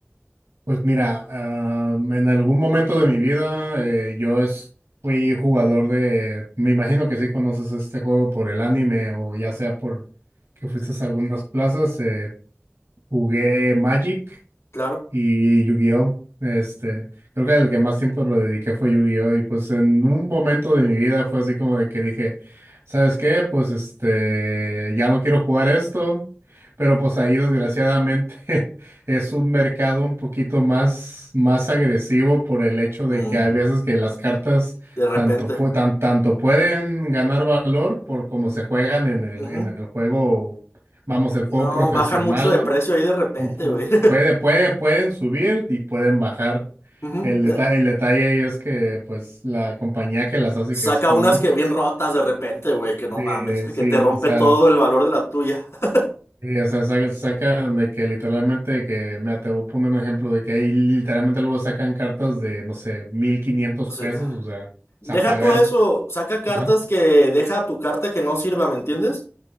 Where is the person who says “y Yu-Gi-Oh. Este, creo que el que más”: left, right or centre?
Right